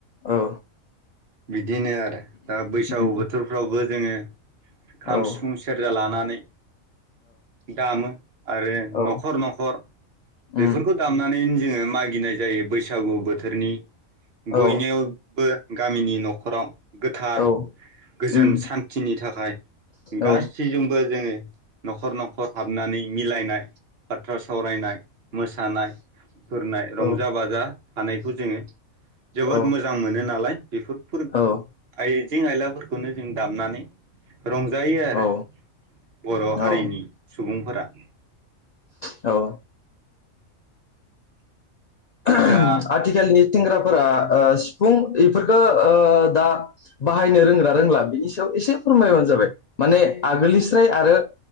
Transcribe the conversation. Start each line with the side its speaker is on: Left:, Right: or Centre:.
Left: औ
Right: बिदिनो आरो दा बैसागु
Left: उम
Right: बोथोरफ्रावबो जोङो खाम
Left: औ
Right: सिफुं सेरजा लानानै दामो आरो
Left: औ
Right: न'खर न'खर
Left: उम
Right: बेफोरखौ दामनानैनो जोङो मागिनाय जायो बैसागु बोथोरनि बयनियावबो
Left: औ
Right: गामिनि न'खराव गोथार
Left: औ
Right: गोजोन
Left: उम
Right: सान्थिनि थाखाय गासैजोंबो
Left: औ
Right: जोङो न'खर न'खर हाबनानै मिलायनाय बाथ्रा सावरायनाय मोसानाय फोरनाय रंजा
Left: औ
Right: बाजा थानायखौ जोङो जोबोद
Left: औ
Right: मोजां मोनो नालाय बेफोर फोरबो
Left: औ
Right: आइ आइजें आइलाफोरखौनो जों दामनानै रंजायो आरो
Left: औ
Right: बर' हारिनि
Left: औ
Right: सुबुंफोरा <inaudible>
Left: औ <inaudible> ओम
Right: दा
Left: आथिखालनि सेंग्राफोरा ओ सिफुं ऐफोरखो ओ दा बाहायनो रोंगोनना रोंला बिनि सायाव एसे फोरमायबानो जाबाय माने आगोलनि स्राय आरो